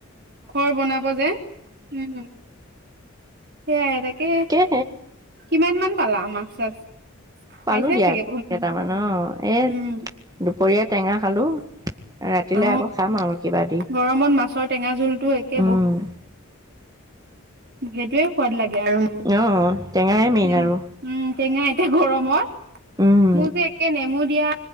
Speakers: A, on the right; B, on the right.
A: ঘৰ বনাব যে। উম। সেয়াই তাকে
B: কে
A: কিমান মান পালা মাছ। চাছ
B: পালোঁ
A: পাইছাই
B: দিয়া
A: চাগে বহুত
B: কেইটামান অ' এই
A: উম
B: দুপৰীয়া টেঙা খালোঁ ৰাতিলৈ
A: অ
B: আকৌ খাম আৰু কিবা দি।
A: গৰমত মাছৰ টেঙা জোলটো একে
B: উম।
A: সেইটোয়ে সোৱাদ লাগে। আৰু মোৰ
B: অ' টেঙাই মেইন
A: নেমু
B: আৰু
A: উম টেঙা এতিয়া গৰমত
B: উম,
A: মোৰ যে একে নেমু দিয়া